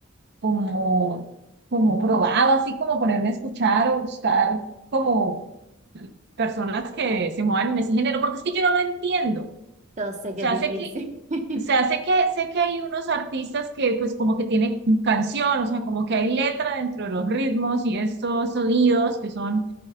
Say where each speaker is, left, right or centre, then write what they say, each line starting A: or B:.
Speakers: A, on the right; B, on the right.
A: como, como probado, así como ponerme a escuchar o buscar como personas que se muevan en ese género, porque es que yo no lo entiendo. O
B: yo sé que
A: sea,
B: es difícil.
A: sé que,
B: <laughs>
A: o sea, sé que, sé que hay unos artistas que pues como que tienen canción, o sea, como que hay letra dentro de los ritmos y estos sonidos que son